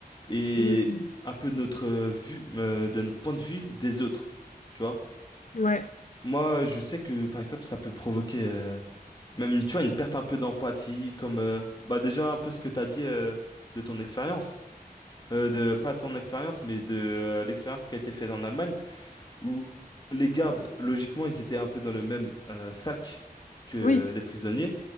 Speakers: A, on the left; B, on the left.
A: et
B: Mhm.
A: un peu de notre euh, vue, euh, de notre point de vue des autres, tu vois.
B: Ouais.
A: Moi, je sais que, par exemple, ça peut provoquer euh, même, tu vois, une perte un peu d'empathie, comme, euh, bah déjà, un peu ce que t'as dit euh, de ton expérience. Euh, de, pas ton expérience, mais de euh, l'expérience qui a été faite en Allemagne où les gardes, logiquement, ils étaient un peu dans le même euh, sac que
B: Oui,
A: les prisonniers,